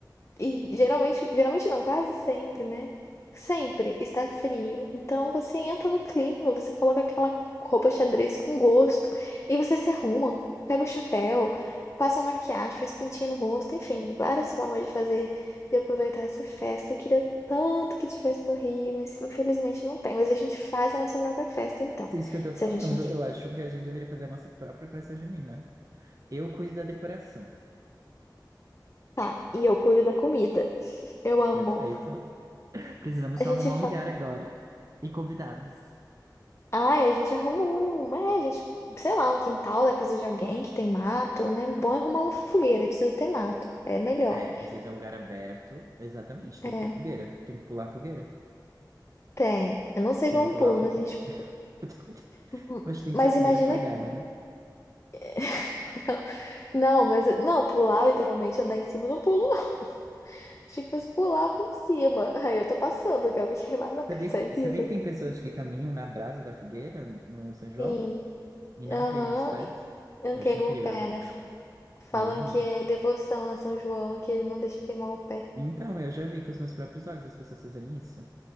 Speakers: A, on the left (about 40°); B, on the right (about 45°).
A: e geralmente, geralmente não, quase sempre, né? Sempre está frio. Então você entra no clima, você coloca aquela roupa xadrez com gosto e você se arruma, pega o chapéu, passa uma maquiagem, faz pintinho no rosto, enfim, várias formas de fazer, de aproveitar essa festa. Eu queria tanto que tivesse no Rio, mas infelizmente não tem. Mas a gente faz a nossa própria festa, então.
B: É Isso que eu tô falando,
A: Se a gente não.
B: eu acho que a gente deveria fazer a nossa própria festa junina. Eu cuido da decoração.
A: Tá, e eu cuido da comida. Eu amo.
B: Perfeito. Precisamos
A: A
B: só
A: gente
B: arrumar
A: faz.
B: um lugar agora e convidados.
A: Ah, a gente arruma um, é, a gente, sei lá, um quintal da casa de alguém que tem mato, né? Bom é arrumar uma fogueira, aí precisa ter mato. É melhor.
B: É, precisa ter um lugar aberto. Exatamente, tem
A: É,
B: que ter fogueira. Tem que pular a fogueira.
A: tem. Eu não
B: Se
A: sei como
B: não pular
A: pulo,
B: a fogueira.
A: mas a gente.
B: <laughs> Eu tô cuidando.
A: hum,
B: Mas tem que
A: Mas
B: ser a fogueira
A: imagina.
B: apagada, né?
A: <laughs> Não, mas não, pular literalmente, andar em cima, eu não pulo, não. <laughs> Achei que fosse pular por cima. Aí eu tô passando, eu quero me queimar, não quero
B: Sabia,
A: sair viva.
B: sabia que tem pessoas que caminham na brasa da fogueira no São João
A: Sim,
B: e não
A: aham,
B: queimam os pés?
A: Eu
B: Eu
A: não queimo
B: acho incrível.
A: o pé, né? Falam
B: Uhum.
A: que é devoção a São João, que ele não deixa queimar o pé.
B: Então, eu já vi com os meus próprios olhos as pessoas fazerem isso.